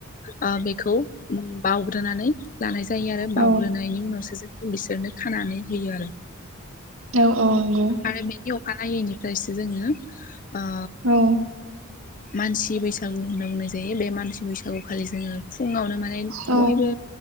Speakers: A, on the left (about 40°); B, on the right (about 70°).
A: ओ बेखौ उम बावग्रोनानै लानाय जायो आरो
B: औ
A: बाव ग्रोनायनि उनावसो जों बिसोरनो खानानै होयो आरो।
B: औ औ नंगौ।
A: आरो बेनि अखानायैनिफ्रायसो जोङो ओ
B: औ
A: मानसि बैसागु होनना बुंनाय जायो बे मानसि बैसागु खालि जोङो फुङावनो माने
B: औ
A: बयबो